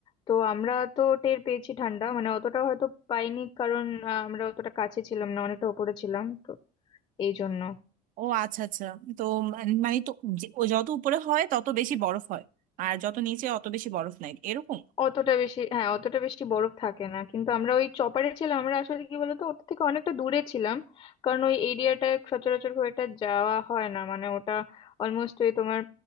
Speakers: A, on the left; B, on the right.
A: তো আমরা তো টের পেয়েছি ঠান্ডা মানে অতটা হয়তো পাইনি কারণ আহ, আমরা অতটা কাছে ছিলাম না অনেকটা উপরে ছিলাম তো এই জন্য
B: ও আচ্ছা আচ্ছা তো মান- মানে তো যে- ও যত উপরে হয় তত বেশি বরফ হয় আর যত নিচে অত বেশি বরফ নাই এরকম
A: অতটা বেশি হ্যাঁ অতটা বেশি বরফ থাকে না কিন্তু আমরা ওই চপারে ছিলাম আমরা আসলে কি বলতো ওটা থেকে অনেকটা দূরে ছিলাম কারণ ওই এরিয়াটা সচরাচর খুব একটা যাওয়া হয় না মানে ওটা অলমোস্ট ওই তোমার